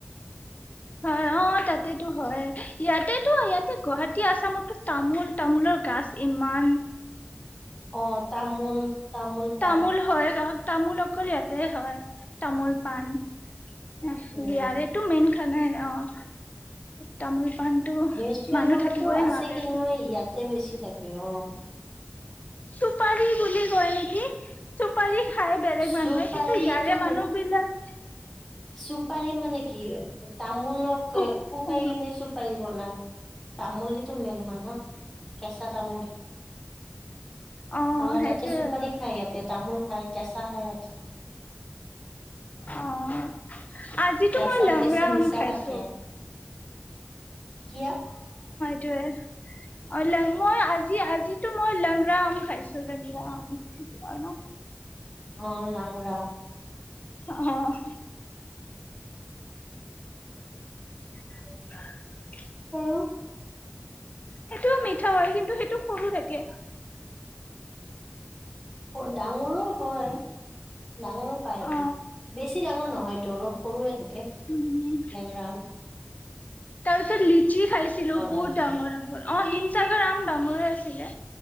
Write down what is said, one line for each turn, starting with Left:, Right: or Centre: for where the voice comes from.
Left: হয় অঁ তাতেতো হয় ইয়াতেতো ইয়াতে গুৱাহাটী আসামতো তামোল তামোলৰ গছ ইমান
Centre: অঁ তামোল তামোল
Left: তামুল
Centre: পায়
Left: হয় তাত তামোল অকল ইয়াতে হয় তামোল পাণ অঁহ
Centre: উম
Left: ইয়াৰেতো আৰু এইটো মেইন এইফালে অঁ তামোল পাণটো
Centre: ৱেষ্ট বেংগলতো
Left: মানুহ থাকিবই
Centre: আছে
Left: নোৱাৰে
Centre: কি
Left: আৰু
Centre: নু ইয়াত ইয়াতে বেছি থাকে অঁ
Left: চুপাৰী বুলি কয় নেকি চুপাৰী খাই বেলেগ মানুহে
Centre: চুপাৰীটো
Left: কিন্তু ইয়াৰে মানুহবিলাক
Centre: চুপাৰি মানে কি তামোলক
Left: খুব
Centre: শুকাই
Left: অ
Centre: কেনে চুপাৰি বনাই তামোল যিতো মেইন হয় ন কেঁচা তামোল
Left: অ
Centre: আমাৰ
Left: সেইটোয়ে
Centre: তাতে চুপাৰি খাই ইয়াতে তামোল হয় কেচা হয় এয়াতে
Left: অঁ আজিতো
Centre: কেঁচাত
Left: মই লংৰা
Centre: বেছি নিচা
Left: আম খাইছো
Centre: থাকে কি আ
Left: ত ৱে অ লং মই আজি আজিতো মই লংৰা আম খাইছো লেংৰা আম ন
Centre: অ লাংৰা
Left: অহ <inaudible>
Centre: হৰো
Left: সেইটোও মিঠা হয় কিন্তু সেইটো সৰু থাকে
Centre: ডাঙৰো হয় ডাঙৰ ও পায়
Left: অ
Centre: বেছি ডাঙৰ মোৰ নহয় টো অলপ সৰুয়ে থাকে
Left: উম
Centre: লেংৰা আম
Left: তাৰ পিছত লিচি খাইছিলো বহুত
Centre: থাকে
Left: ডাঙৰ ডাঙৰ অ হিম চাগৰ আম ডাঙৰে আছে